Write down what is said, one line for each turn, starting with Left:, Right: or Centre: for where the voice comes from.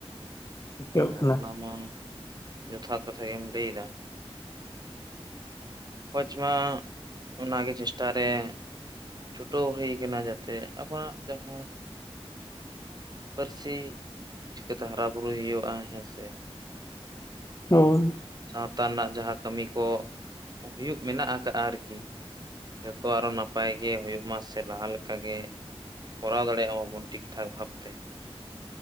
Left: ᱟᱹᱭᱠᱟᱹᱜ
Right: ᱚᱸ
Left: ᱠᱟᱱᱟ
Right: ᱚᱱᱟ ᱢᱟ ᱡᱚᱛᱷᱟᱛ ᱠᱟᱛᱷᱟ ᱜᱮᱢ ᱞᱟᱹᱭᱫᱟ ᱚᱠᱚᱭ ᱪᱚᱦᱟᱜ ᱚᱱᱟ ᱜᱮ ᱪᱮᱥᱴᱟ ᱨᱮ ᱪᱷᱩᱴᱟᱹᱣ ᱦᱩᱭ ᱠᱟᱱᱟ ᱡᱟᱛᱮ ᱟᱵᱚᱣᱟᱜ ᱡᱟᱦᱟᱸ ᱯᱟᱹᱨᱥᱤ ᱪᱤᱠᱟᱹ ᱛᱮ ᱦᱟᱨᱟ ᱵᱩᱨᱩᱭ ᱦᱩᱭᱩᱜᱼᱟ <unintelligible>
Left: ᱦᱳᱭ
Right: ᱥᱟᱶᱛᱟ ᱨᱮᱱᱟᱜ ᱡᱟᱦᱟᱸ ᱠᱟᱹᱢᱤ ᱠᱚ ᱦᱩᱭᱩᱜ ᱢᱮᱱᱟᱜ ᱟᱠᱟᱫᱼᱟ ᱟᱨᱠᱤ ᱡᱚᱛᱚ ᱟᱨᱚ ᱱᱟᱯᱟᱭ ᱜᱮ ᱦᱩᱭᱩᱜ ᱢᱟ ᱥᱮ ᱞᱟᱦᱟ ᱞᱮᱠᱟ ᱜᱮ ᱠᱚᱨᱟᱣ ᱫᱟᱲᱮᱭᱟᱜ ᱢᱟ ᱵᱚᱱ ᱴᱷᱤᱠᱼᱴᱷᱟᱠ ᱵᱷᱟᱵ ᱛᱮ